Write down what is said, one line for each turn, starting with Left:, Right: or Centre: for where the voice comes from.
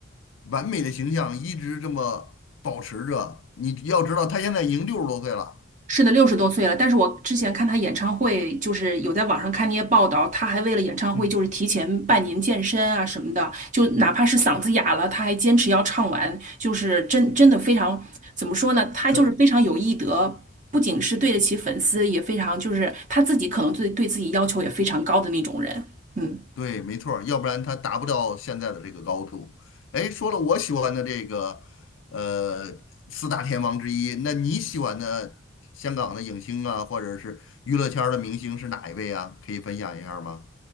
Left: 完美的形象一直这么保持着，你要知道他现在已经六十多岁了，
Right: 是的，六十多岁了，但是我之前看他演唱会，就是有在网上看那些报道，他还为了演唱会就是提前半年健身啊什么的，
Left: 嗯，
Right: 就哪怕是嗓子哑了，他还坚持要唱完，就是真真的非常，怎么说呢？他就是非常有艺德，
Left: 很
Right: 不仅是对得起粉丝，也非常就是他自己可能对对自己要求也非常高的那种人。嗯，
Left: 对，没错儿，要不然他达不到现在的这个高度。哎，说了我喜欢的这个，呃，四大天王之一，那你喜欢的香港的影星啊，或者是娱乐圈儿的明星是哪一位啊？可以分享一下吗？